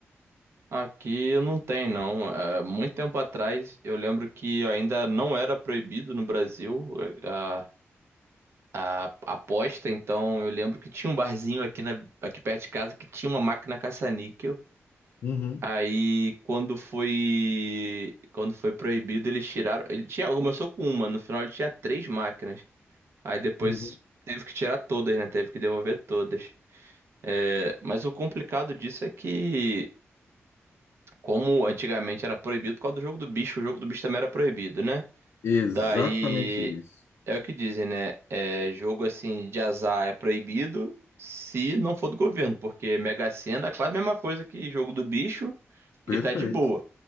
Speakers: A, on the right; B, on the left.
A: Aqui não tem, não. É, muito tempo atrás, eu lembro que ainda não era proibido no Brasil é, a, a, a aposta, então eu lembro que tinha um barzinho aqui, na, aqui perto de casa que tinha uma máquina caça-níquel.
B: Uhum,
A: Aí, quando foi, quando foi proibido, eles tiraram. Ele tinha, começou com uma, no final ele tinha três máquinas. Aí depois
B: uhum.
A: teve que tirar todas, né? Teve que devolver todas. É, mas o complicado disso é que, como antigamente era proibido por causa do jogo do bicho, o jogo do bicho também era proibido, né?
B: Exatamente
A: Daí
B: isso.
A: é o que dizem, né? É, jogo assim de azar é proibido se não for do governo, porque Mega Sena é quase a mesma coisa que jogo do bicho
B: Perfeito,
A: e tá de boa.